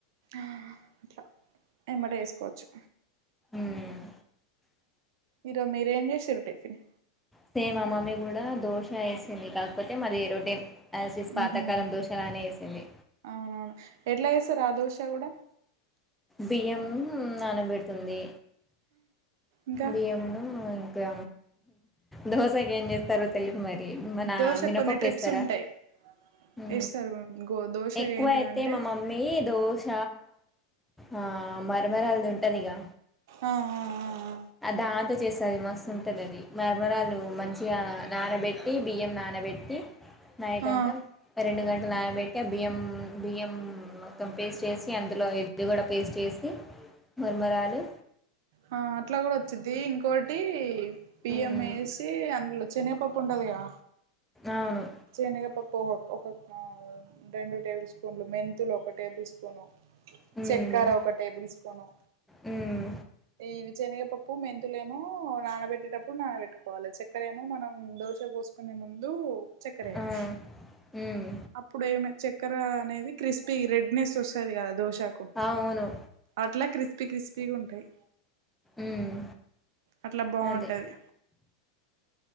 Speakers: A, on the right; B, in the centre.
A: ఆ అట్లా ఎమ్మటె వేసుకోవచ్చు
B: మ్మ్.
A: ఈరోజు మీరు ఏమి చేసిర్రు టిఫినీ
B: సేమ్ మా మమ్మీ కూడా దోశ వేసింది కాకపోతే మాది రోటిన్ యాజ్ టీజ్ పాతకాలం
A: మ్హూ
B: దోషాలనే వేసింది
A: అవునవును ఎట్లా చేస్తారు ఆ దోష కూడా
B: బియ్యం నానబెట్టింది
A: ఇంకా
B: బియ్యము ఇంకా దోశకి ఏం చేస్తారో తెలిదు మరి మన
A: దోశ
B: మినపప్పు
A: కొన్ని ట్రిప్స్
B: వేస్తారా
A: ఉంటాయి
B: హు
A: వేస్తారు గో దోశ
B: ఎక్కువ
A: ఏంటిదంటే
B: ఎత్తే మా మమ్మీ దోశ ఆ మర మరలు ఉంటది గా
A: ఆ ఆ ఆ
B: అ దాంతో చేస్తది మస్తు ఉంటది అది మరమరాళ్లు మంచిగా నానబెట్టి బియ్యం నాన నబెట్టి నైట్
A: ఆ
B: అంతా ఆ రెండు గంటలు నానబెట్టి బియ్యం బియ్యం మొత్తం పేస్ట్ చేసి అందులో ఇది కూడా పేస్ట్ చేసి మర్మరాలు
A: ఆ అట్లా కూడా వచ్చిద్ది ఇంకోటి బియ్యం
B: మ్మ్
A: వేసి అందులో శనగపప్పు ఉంటందిగా
B: అవును
A: శనగపప్పు ఒక ఒక రెండు టేబుల్ స్పూన్లు మెంతులు ఒక టేబుల్ స్పూను
B: మ్మ్
A: చక్కర ఒక టేబుల్ స్పూను
B: మ్మ్
A: ఇవి శనగపప్పు పప్పు మెంతులేమో నానబెట్టేటప్పుడు నానబెట్టుకోవాలి చక్కరేమో మనం దోశ పోసుకునే ముందు చక్కెర వేయాలి
B: ఆ మ్మ్
A: అప్పుడు ఏమి చక్కెర అనేది క్రిస్పి రెడ్నెస్ వస్తది కదా దోశాకు
B: అవును
A: అట్లా క్రిస్పీ క్రిస్పీగా ఉంటాయి
B: మ్మ్
A: అట్లా బాగుంటది
B: అదే